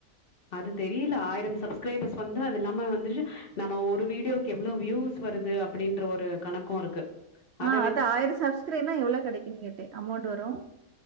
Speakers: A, on the left; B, on the right.
A: அது தெரில ஆயிரம் சப்ஸ்க்ரைபர்ஸ் வந்து அது இல்லாம வந்து நம்ம ஒரு வீடியோ எவ்ளோ வியூஸ் வருது அப்டின்ற ஒரு கணக்கு இருக்கு அத
B: ஆ
A: வச்சு
B: அதா ஆயிர சப்ஸ்க்ரைப்னா எவ்ளோ கெடைக்குன் கேட்டே அமொண்ட் வரு